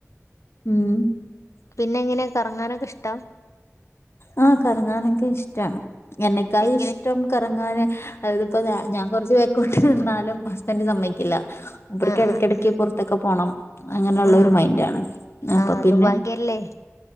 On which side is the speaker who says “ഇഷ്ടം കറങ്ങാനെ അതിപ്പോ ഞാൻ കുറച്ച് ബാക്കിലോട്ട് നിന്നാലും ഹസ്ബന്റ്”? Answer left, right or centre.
Left